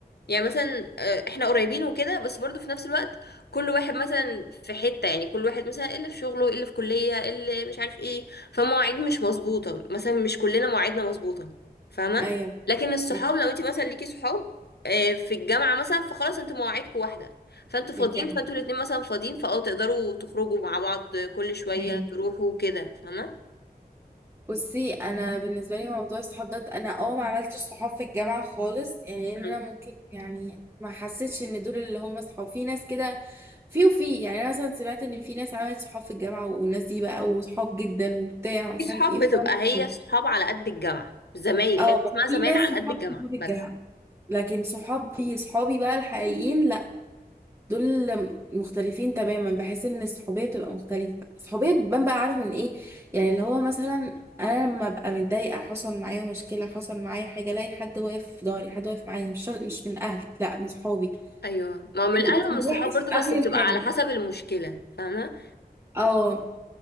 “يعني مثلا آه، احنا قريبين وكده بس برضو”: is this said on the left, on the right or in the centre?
Left